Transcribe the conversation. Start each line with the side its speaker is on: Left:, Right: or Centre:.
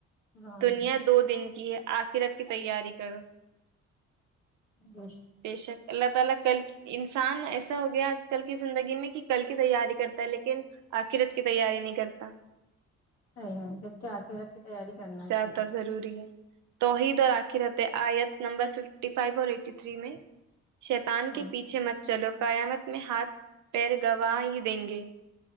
Left: بان
Right: دنیا دو دن کی ہے آخرت کی تیاری کرو
Left: بے شک
Right: بے شک اللہ تعالی کل انسان ایسا ہو گیا آج کل کی زندگی میں کہ کل کی تیاری کرتا ہے لیکن آخرت کی تیاری نہیں کرتا
Left: صحیح ہے جب کہ آخرت کی تیاری کرنا
Right: زیادہ
Left: چاہیے
Right: ضروری ہے توحید اور آخرت ہے آیت نمبر ففٹی فائیو اور ایٹی تھری میں شیطان
Left: ہاں
Right: کے پیچھے مت چلو قیامت میں ہاتھ پیر گواہ ہی دیں گے